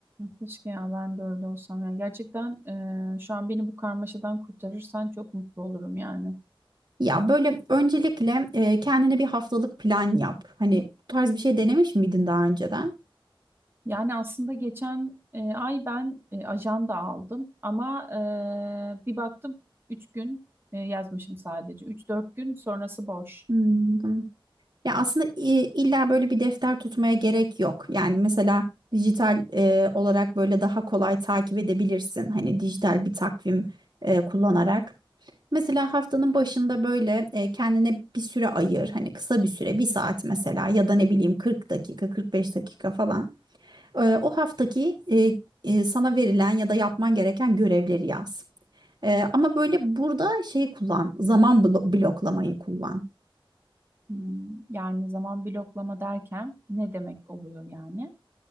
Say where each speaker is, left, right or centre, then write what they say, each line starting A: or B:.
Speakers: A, on the right; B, on the right.
A: Keşke ya ben de öyle olsam. Yani gerçekten e, şu an beni bu karmaşadan kurtarırsan çok mutlu olurum yani.
B: Ya böyle öncelikle e, kendine bir haftalık plan yap. Hani bu tarz bir şey denemiş miydin daha önceden?
A: Yani aslında geçen e, ay ben e, ajanda aldım ama e, bir baktım 3 gün e, yazmışım sadece. üç dört gün sonrası boş.
B: Hmm. Ya aslında i- illa böyle bir defter tutmaya gerek yok. Yani mesela dijital e, olarak böyle daha kolay takip edebilirsin. Hani dijital bir takvim e, kullanarak. Mesela haftanın başında böyle e, kendine bir süre ayır. Hani kısa bir süre, bir saat mesela ya da ne bileyim 40 dakika, 45 dakika falan. Ee, O haftaki e, e, sana verilen ya da yapman gereken görevleri yaz. Ee, ama böyle burada şey kullan, zaman blo- bloklamayı kullan.
A: Hmm, Yani zaman bloklama derken ne demek oluyor yani?